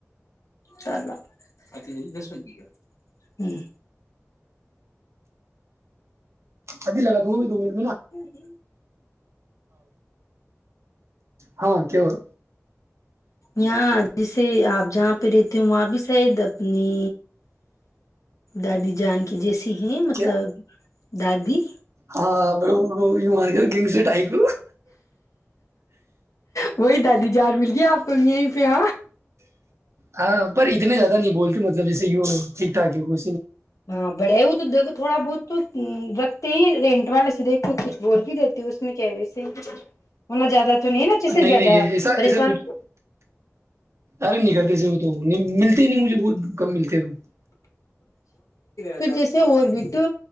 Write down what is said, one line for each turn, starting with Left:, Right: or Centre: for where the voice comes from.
Left: چلس گ
Right: ابھی لگا د بھی دو م
Left: ہی
Right: ہاں کیوول
Left: یہاں جیسے آپ جہاں پہ رہتے ہو وہاں بھی شاید اپنی دادی جان کی جیسی ہیں مطلب
Right: کیا
Left: دادی
Right: ہاں بر ب مار کیا گگ سے ٹائپ
Left: وہی دادی جان مل گئی آپ توئی ہی پیا
Right: ہاں پر اتنے زیادہ نہیں بولتے مطلب جیے یہ ٹھیک ٹھ ہے وہ
Left: ہاں بڑے وہ تو دے کو تھوڑا بہت تو رکھتے ہی رینٹ والے سے دیکھو کچھ بول بھی دیتے ہو اس میں کیا ویسے ہونا زیادہ س نا چیسے
Right: نہیں
Left: زیادہ
Right: نہیں ایسا
Left: پریشان
Right: ایسا کچھ ارے نہیں کرتے سے وہ تو ملتے نہیں مجھے بہت کم ملتے ہو
Left: پھر جیسے اور بھی تو